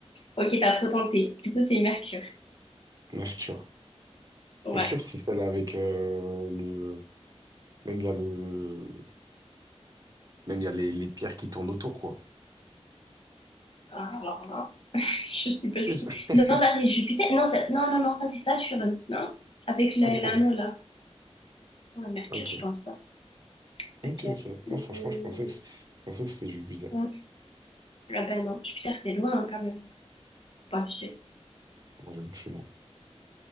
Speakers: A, on the left (about 55°); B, on the right (about 35°).
A: Ok, t'as trop tenté. Du coup, c'est Mercure.
B: Mercure.
A: Ouais.
B: Mercure, si c'est celle avec euh, le... Même il y a le... Même il y a les, les pierres qui tournent autour, quoi.
A: Ah, Alors là, <laughs> je sais pas du
B: C'est ça.
A: tout.
B: <laughs>
A: Non, ça, c'est Jupiter. Non, ça... non, non, non, ça, c'est Saturne. Non? Avec le-
B: Ok,
A: l'anneau, là. Ouais, Mercure,
B: ok,
A: je pense pas.
B: ok,
A: Ok.
B: ok.
A: Hmm.
B: Non, franchement, je pensais que, c- je pensais que c'était juste bizarre.
A: Ouais. Ah ben non, Jupiter, c'est loin, hein, quand même. Pas abusé.
B: Bon, J'avoue que c'est non.